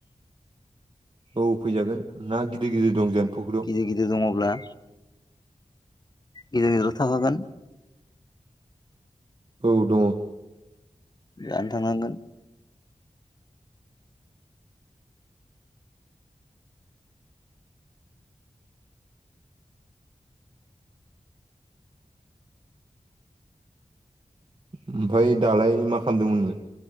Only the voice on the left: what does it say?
गिदिर गिदिर दङब्ला गिदिर गिदिराथ' थाखागोन।
जानो थांनांगोन।